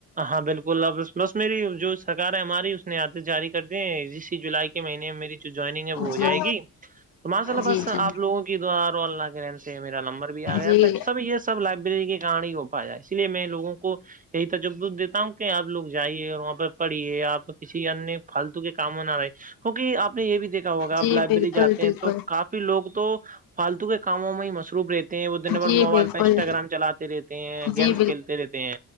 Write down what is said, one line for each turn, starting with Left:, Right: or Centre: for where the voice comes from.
Right: ہاں بالکل بس میری جو سرکار ہے ہماری اس نے آدش جاری کر دیے ہیں اسی جولائی مہینے میں میری جوائنگ ہے وہ ہو
Left: جی
Right: جائے گی تو ماشاء اللہ
Left: جی
Right: بس
Left: جی
Right: آپ لوگوں کی دعا اور اللہ کے رحم سے میرا نمبر بھی آ گیا
Left: جی
Right: تھا سب یے سب لائبریری کی کارن ہو پا جائے اس لیے میں لگوں کو یہی تجب دیتا ہوں کہ آپ لوگ جائیے اور وہاں پے پڑھییے آپ کسی انیہ فالتو کے کاموں نہ رہے کیونکی آپ نے یے بھی دیکھا ہوگا آپ
Left: جی
Right: لائبریری
Left: بالکل
Right: جاتے
Left: بالکل
Right: ہیں تو کافی فی لوگ تو فالتو کے کاموں میں ہی مس روپ رہتے ہیں وہ دن بھر
Left: جی
Right: موبائل
Left: بالکل
Right: پے انسٹاگرام چلاتے رہتے ہیں
Left: جی
Right: گیمس کھیلتے رہتے ہیں